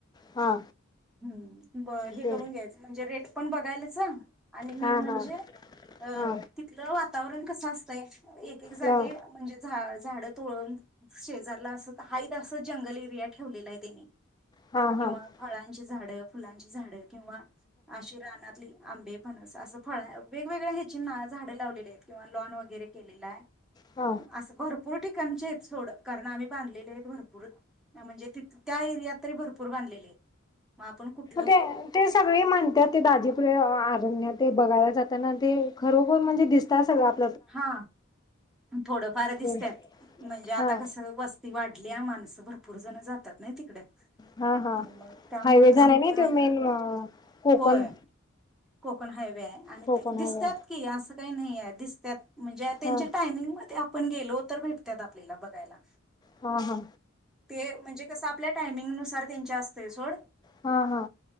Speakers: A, on the left (about 20°); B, in the centre.
A: हा
B: <unintelligible> हम्म ब हे
A: ते
B: करून घ्यायचं म्हणजे रेट पण बघ <unintelligible> आणि मेन
A: हा
B: म्हणजे
A: हा
B: अ
A: हा
B: तिथलं वातावरण कस असतंय एक एक जागी
A: हा हा
B: म्हणजे झा झाड तोळून शेजारला अस हायत अस जंगल एरिया ठेवलेला आहे त्यांनी
A: हा
B: किंवा
A: हा
B: फळांची झाडं फुलांची झाडं किंवा आशी रानातली आंबे फणस असं फळ वेगवेगळ्या ह्याची ना झाडे लावलेली आहेत किंवा लॉन वगैरे केलेला आहे
A: हा
B: मग असं भरपुर भरपूर ठिकाणचे आहेत सोड कारण आम्ही बांधलेले आहेत भरपूर म्हणजे तिथ त्या एरियात तरी भरपूर बांधले आहेत मग आपण कुठ
A: ते सगळी म्हणतात ते दाजीपुर आरण्यात ते बघाय त्याना ते खरोखर म्हणजे दिसतय अस वाट
B: हा थोडफार दिसत्यात
A: ते
B: म्हणजे आता
A: हा
B: कस वस ती वाढल्या माणसं भरपूर जण जातात नाही तिकडे
A: हा हा
B: मग त्यामुळं
A: हायवे
B: कसं
A: झाला नाही
B: बाहेर
A: त मेन कोकण
B: होय Konkan highway
A: Konkan
B: दिसतात
A: highway
B: की अस काही नाहीये दिस त्यात म्हणजे त्यांच्या
A: हा
B: टायमिंगमध्ये पण गेलो तर भेटत्यात आपल्याला बघायला
A: हा हा
B: ते म्हणजे कस आपल्या टायमिंगुसार त्यांच्या ते सोड
A: हा हा